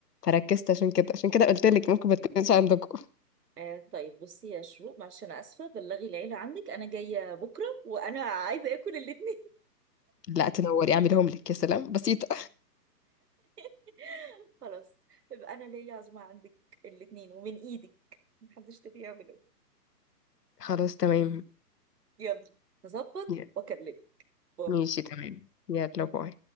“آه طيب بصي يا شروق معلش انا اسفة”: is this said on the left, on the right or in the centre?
Right